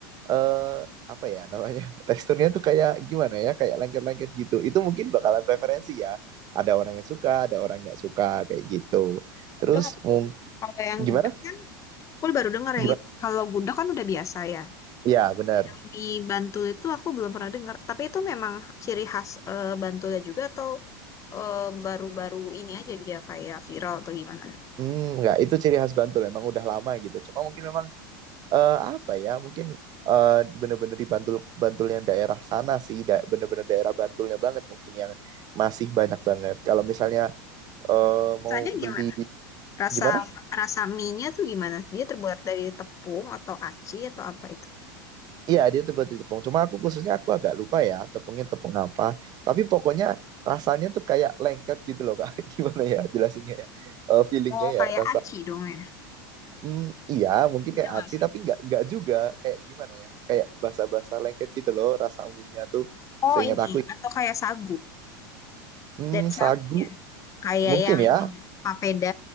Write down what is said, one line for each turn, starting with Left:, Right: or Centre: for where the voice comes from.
Right: eh apa ya namanya <laughs> teksturnya tuh kayak gimana ya kayak lengket-lengket gitu. Itu mungkin bakalan preferensi ya. Ada orang yang suka, ada orang nggak suka kayak gitu. Terus
Left: Baru dengar
Right: mung-
Left: tuh. Kalau yang
Right: gimana?
Left: gudeg kan, aku baru dengar
Right: Gimana?
Left: yang itu. Kalau gudeg kan udah biasa ya.
Right: Ya benar.
Left: Yang mie Bantul itu aku belum pernah dengar. Tapi itu memang ciri khas eh, Bantulnya juga atau eh, baru-baru ini aja dia kayak viral atau gimana?
Right: Hmm, nggak, itu ciri khas Bantul. Emang udah lama gitu. Cuma mungkin memang eh, apa ya mungkin eh, bener-bener di Bantul Bantul yang daerah sana sih da- bener-bener daerah Bantulnya banget mungkin yang masih banyak banget kalau misalnya eh,
Left: Rasanya
Right: mau beli
Left: gimana? Rasa
Right: gimana
Left: rasa mie-nya tuh gimana? Dia terbuat dari tepung atau aci atau apa itu?
Right: iya dia tuh buat tepung cuma aku khususnya aku agak lupa ya tepungnya tepung apa tapi pokoknya rasanya tuh kayak lengket gitu loh kak <laughs> gimana ya jelasinnya ya Eh, feelingnya
Left: Oh, kayak
Right: ya rasa
Left: aci dong ya.
Right: Hmm, iya, mungkin
Left: Ini
Right: kayak
Left: nggak
Right: aci
Left: sih?
Right: tapi nggak nggak juga kayak gimana ya? Kayak basa-basa lengket gitu loh rasa mie nya tuh
Left: Oh,
Right: seingat
Left: ini
Right: aku.
Left: atau kayak sagu.
Right: Hmm,
Left: Dari sagu
Right: sagu
Left: ya. Kayak
Right: Mungkin
Left: yang
Right: ya.
Left: itu papeda.